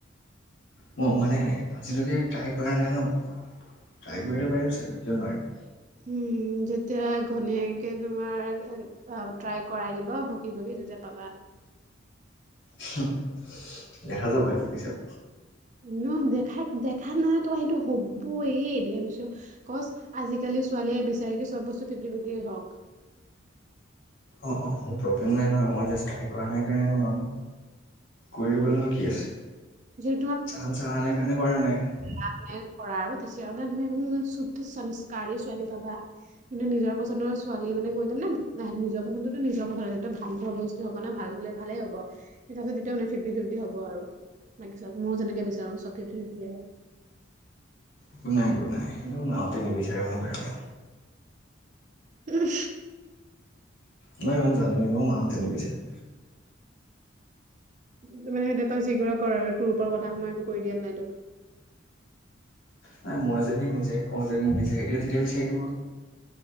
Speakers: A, on the left; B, on the right.
A: ম মানে আজিলৈকে ট্ৰাই কৰা নাই ন, ট্ৰাই কৰিলে পাৰিম চাগে কিয় নোৱাৰিম।
B: উম যেতিয়া ঘৈনীয়েকে তোমাৰ এ অ ট্ৰাই কৰাই দিব ভো কিব কি তেতিয়া পাবা।
A: চুহ দেখা যাব সেইটো পিছত।
B: ন দেখা দেখা নাই তো সেইটো হ'বয়ে দেমছ কচ আজিকালি ছোৱালীয়ে বিচাৰে কি? চব বস্তু ফিপটি ফিপটিয়েই হওক।
A: অ', অ', মোৰ প্ৰব্লেম নাই নহয় মই জাষ্ট ট্ৰাই কৰা নাই কাৰণে নোৱাৰো। কৰিবলৈনো
B: উম
A: কি আছে,
B: যদি
A: চাঞ্চ আহা নাই কাৰণে কৰা নাই।
B: অ', <inaudible> কৰা আৰু তেতিয়া মানে তুমি উম শুদ্ধ সাংস্কাৰী ছোৱালী পাবা। কিন্তু নিজৰ পচন্দৰ ছোৱালী মানে কৈতে মানে না নিজৰ পচছন্দৰটো নিজৰ পচন্দত ভাল পোৱা তে হব না ভাল হলে ভালেই হব কিন্তু তাৰপাছত তেতিয়া <inaudible> ফিফটি ফিফটি হ'ব আৰু বাকি চত মোৰো যেনেকে বিচাৰো চ ফিফটি ফিফটি হ'ব।
A: একো নাই একো নাই, সেইটো মাহতে নিবিচাৰে মোৰ কাৰণে।
B: উম।
A: মই ইমান জানো এ মোক মাহঁতে নিবিচাৰে।
B: টো মানে তই যি কৰা কৰ আৰু তোৰ ওপৰত কথা মই একো কৰি দিয়াত নাই তোক।
A: নাই মই যদি নিজে কওঁ যে মোক বিচাৰি দে তেতিয়া বিচাৰি দিব।